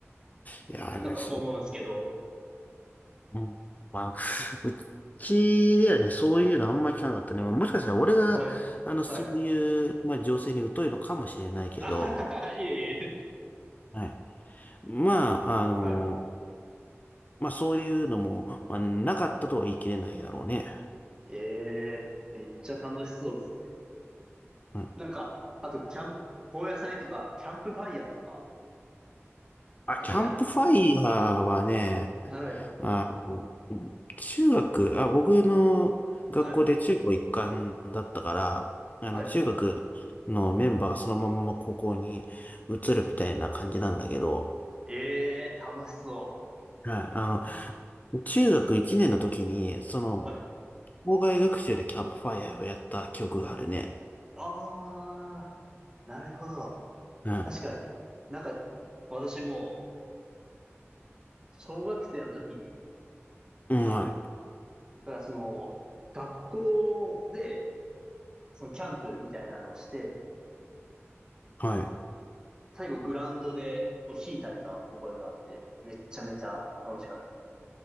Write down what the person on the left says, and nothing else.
いやーね、
すううん、まあ、<laughs> うちではね、そういうのあんまり聞かなかったね。もしかしたら俺が、
あの、そういう、
まあ、情勢に疎いのかもしれないけど、
はい。まあ、あの、
まあ、そういうのも、まあ、なかったとは言い切れないだろうね。
うん
あ、
キャンプファイヤーはね、
あの、中学、あ、僕の学校で中高一貫だったから、
あの、
中学のメンバーがそのまんま高校に移るみたいな感じなんだけど、
はい、あの、中学1年の時に、その、
校外学習でキャンプファイヤーをやった記憶があるね。
は
い。うん、はい。
はい。